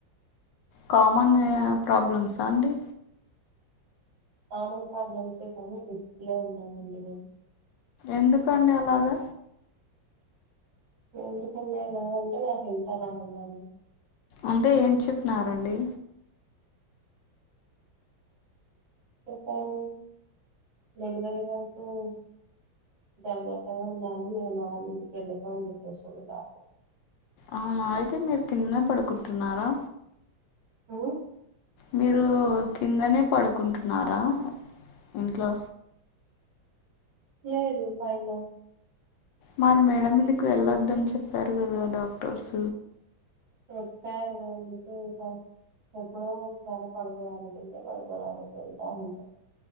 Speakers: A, on the left; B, on the right.
A: కామన్ ప్రాబ్లమ్సా అండి
B: కామన్ ప్రాబ్లమ్సే కానీ రిస్క్ లో ఉన్నామండి మేము
A: ఎందుకండి అలాగా
B: ఎందు కండి <unintelligible> ఎలా ఉంటే నాకు ఎంత అలా ఉన్నాండి
A: అంటే ఏం చెప్పినారండి
B: చెప్పారు జనవరి వరకు <unintelligible> జాగ్రత్తగా ఉండాలి మీ అమ్మ వాళ్ళ ఇంటికి వెళ్ళిపో అని చెప్పేస్తుంది డాక్టర్
A: అవునా అయితే మీరు కిందనే పడుకుంటున్నారా
B: ఉం
A: మీరు కిందనే పడుకుంటున్నారా ఇంట్లో
B: లేదు ఫైన
A: మరి మేడ మీదకు వెళ్ళొద్ద అని చెప్పారు కదా డాక్టర్స్
B: చెల్లారు అందుకు ఎప్పుడో వచ్చారు పడకోడానికికుళ్తే పడకోడా అకుళ్తా అందు <unintelligible>